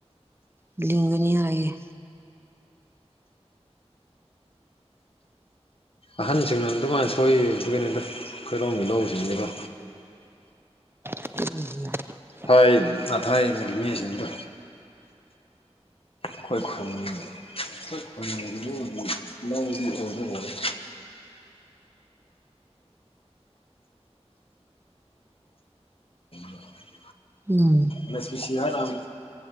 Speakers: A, on the right; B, on the left.
A: ꯂꯤꯡꯒꯅꯤ ꯍꯥꯏꯌꯦ
B: ꯑꯍꯟꯁꯤꯡꯅ ꯑꯗꯨꯃꯥꯏꯅ ꯁꯣꯏ ꯑꯗꯨꯒꯤꯅꯤꯗ ꯑꯩꯈꯣꯏꯔꯣꯝꯒꯤ ꯂꯧꯁꯤꯡꯁꯤꯀꯣ
A: <unintelligible>
B: ꯍꯣꯏ ꯑꯊꯥꯏꯅ ꯃꯤꯁꯤꯡꯗꯣ ꯑꯩꯈꯣꯏ ꯈꯨꯜ ꯑꯩꯈꯣꯏ ꯈꯨꯜꯒꯤ ꯂꯧꯗꯤ ꯂꯧꯗꯤ ꯑꯣꯏꯔꯔꯣꯏ <unintelligible> <unintelligible>
A: ꯎꯝ
B: ꯃꯦꯁꯄꯤ ꯁꯤꯍꯥꯔꯥꯝ